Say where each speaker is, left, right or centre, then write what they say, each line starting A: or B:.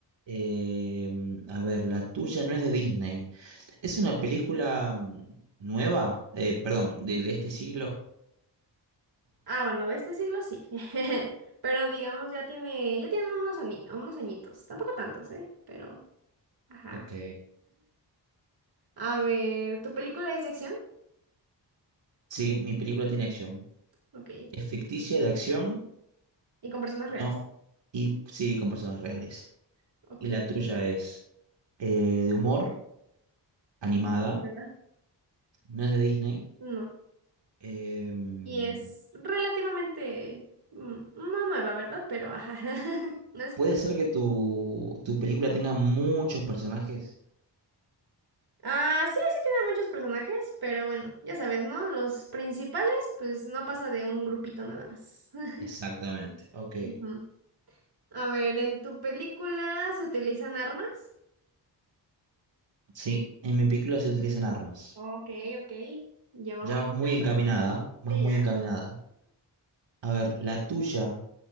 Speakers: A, on the right; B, on the right.
A: Em, a ver, la tuya no es de Disney. ¿Es una película mm, nueva? Eh, perdón, de, de este siglo.
B: Ah, bueno, de este siglo sí. <laughs> Pero digamos, ya tiene, ya tiene unos, ani- unos añitos. Tampoco tantos, ¿eh? Pero, ajá.
A: Ok.
B: A ver, ¿tu película es de acción?
A: Sí, mi película tiene acción.
B: Ok.
A: Es ficticia de acción,
B: Y con personas reales.
A: no, y sí, con personas reales.
B: Ok.
A: Y la tuya es eh, de humor, animada,
B: Sí, ¿Verdad?
A: no es de Disney.
B: No.
A: Em,
B: Y es relativamente, mm, no nueva, ¿verdad? Pero ajá. <laughs> No es,
A: puede
B: no-
A: ser que tu, tu película tenga muchos personajes.
B: Ah, sí, sí tiene muchos personajes, pero bueno, ya sabes, ¿no? Los principales, pues no pasa de un grupito nada más. <laughs>
A: Exactamente, ok.
B: Ujú. A ver, ¿en tu película se utilizan armas?
A: Sí, en mi película se utilizan armas.
B: Ok, ok. Ya vamos
A: Ya
B: descartando.
A: vas muy encaminada, vas
B: Sí,
A: muy
B: ya.
A: encaminada. A ver, la tuya